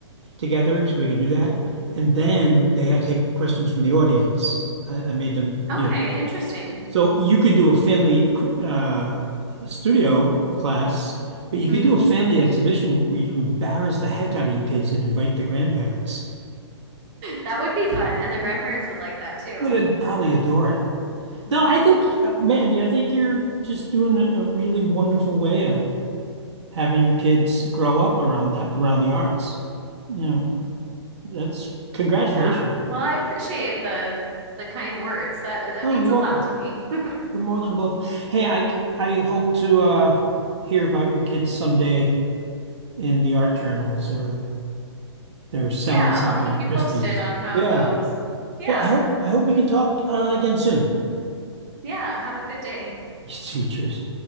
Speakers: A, on the right; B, on the right.
A: together, so we could do that. And then they had to take questions from the audience. I, I made them,
B: Okay,
A: you know,
B: interesting.
A: so you could do a family uh, studio class, but you could
B: Mm-hmm.
A: do a family
B: <laughs>
A: exhibition where you embarrass the heck out of your kids and invite the grandparents.
B: That would be fun. And the grandparents would like that too.
A: Would probably adore it.
B: hmm
A: No, I think, uh, man, yeah, I think you're just doing a, a really wonderful way of having your kids grow up around that, around the arts. You know, that's congratulations.
B: Yeah. Well, I appreciate the the kind words. That that
A: No,
B: means
A: you're
B: a
A: welcome.
B: lot to me. <laughs>
A: You're more than welcome. Hey, I I hope to uh, hear about your kids someday in the art journals or they're selling
B: Yeah,
A: something
B: I'll keep
A: at
B: you
A: Christie's.
B: posted on how
A: Yeah.
B: it goes. Yeah.
A: Well, I hope I hope we can talk uh, again soon. <laughs>
B: Yeah, have a good day.
A: You too. Cheers.